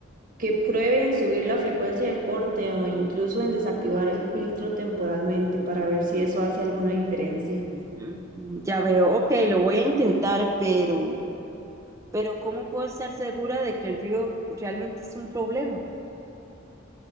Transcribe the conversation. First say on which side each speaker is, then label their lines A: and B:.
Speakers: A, on the right; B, on the right.
A: que prueben subir la frecuencia de corte o incluso en desactivar el filtro temporalmente para ver si eso hace alguna diferencia.
B: mm, ya veo. Ok, lo voy a intentar, pero... pero ¿cómo puedo estar segura de que el río realmente es un problema?